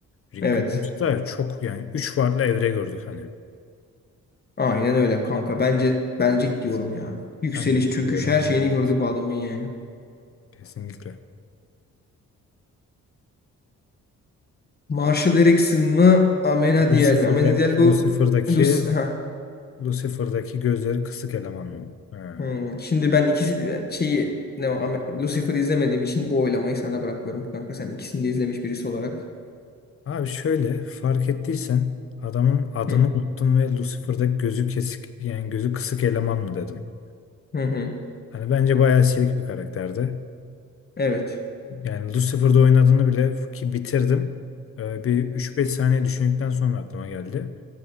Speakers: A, on the left; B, on the left.
A: Rick
B: Evet.
A: Grimes'ta çok yani üç farklı evre gördük hani.
B: Aynen öyle kanka. Bence ben Rick diyorum ya. Yükseliş,
A: Ben de Rick
B: çöküş
A: diyorum.
B: her şeyini
A: Devam
B: gördük
A: et.
B: bu adamın yani.
A: Kesinlikle.
B: Marshall Erickson mı? Amenadiel
A: Lucifer'daki,
B: mi? Amenadiel bu
A: Lucifer'daki,
B: Lucy,
A: Lucifer'daki gözleri kısık eleman. mı? Ha.
B: Hmm, Şimdi ben ikisi şeyi ne o Ame- Lucifer'ı izlemediğim için bu oylamayı sana bırakıyorum kanka. Sen ikisini de izlemiş birisi olarak.
A: Abi şöyle fark ettiysen adamın adını
B: Hı
A: unuttum ve Lucifer'daki gözü kesik yani gözü kısık eleman mı dedim.
B: hı hı.
A: Hani bence bayağı silik bir karakterdi.
B: Evet.
A: Yani Lucifer'da oynadığını bile ki bitirdim. Ee, bir üç beş saniye düşündükten sonra aklıma geldi.